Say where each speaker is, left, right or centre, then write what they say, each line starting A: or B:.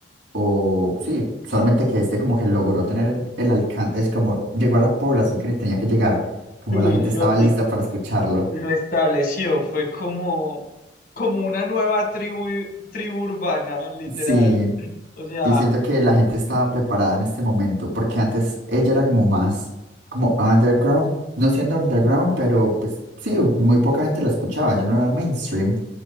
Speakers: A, on the right; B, on the left.
A: o sí, solamente que este como que logró tener el, el
B: Lo-
A: alcance, es como llegó a la población que le tenía que llegar, como
B: Sí,
A: la gente estaba
B: lo, lo-
A: lista para escucharlo.
B: lo estableció, fue como, como una nueva tribu, tribu urbana, literal.
A: Sí,
B: O sea,
A: sí, siento que la gente estaba preparada en este momento, porque antes ella era como más, como underground, no siendo underground, pero pues sí, muy poca gente la escuchaba, yo no era mainstream.